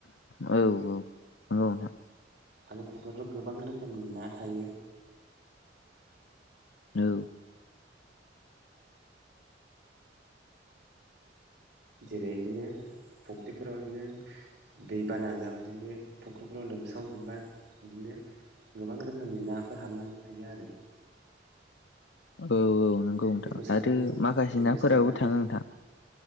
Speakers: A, on the left (about 75°); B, on the right (about 65°).
A: औ औ औ नोंथां।
B: आरो फख्रिआवथ गोबां रोखोमनि ना थायो।
A: औ
B: जेरै बिदिनो फख्रिफोराव बिदिनो दै बाना जाबा बिदिनो फख्रिफ्राव लोमस्रावजोबबा बिदिनो गोबां रोखोमनि नाफोर हाबनानै थायो आरो।
A: औ औ नंगौ नोंथां
B: बेखौ सारबाथाय
A: आरो माखासे
B: बेखौ
A: नाफोराबो
B: सारबाथाय
A: थाङो नोंथां